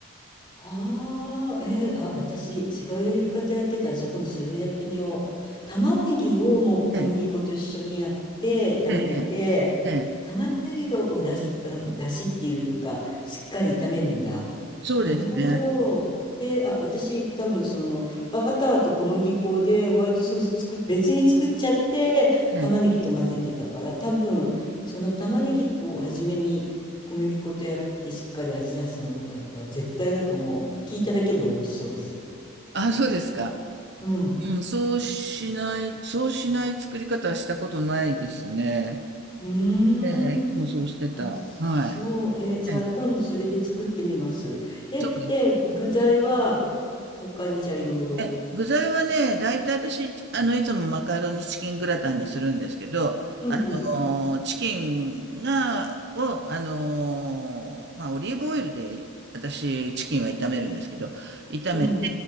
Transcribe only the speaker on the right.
ええ、
ええ、ええ、
そうですね。
ええ、
あ、そうですか。
うん、そうしない、そうしない作り方はしたことないですね。
ええ、いつもそうしてた。
はい。
ええ、
そう
え、具材はね、だいたい私、あの、いつもマカロニチキングラタンにするんですけど、
あのー、チキンが、を、あのー、まあ、オリーブオイルで、私、チキンは炒めるんですけど、炒め